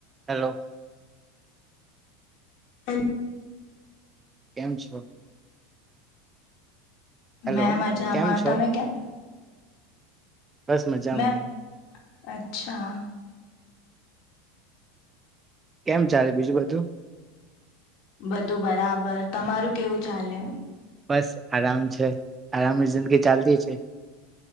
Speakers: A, on the right (about 20°); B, on the left (about 60°).
A: Hello.
B: હૈ
A: કેમ છો? હેલો
B: મેં મજામાં
A: કેમ છો
B: તમે કેક
A: બસ મજામાં
B: મૈ અચ્છા.
A: કેમ ચાલે બીજું બધું?
B: બધું બરાબર. તમારું કેવું ચાલે?
A: બસ આરામ છે. આરામની જિંદગી ચાલતી છે.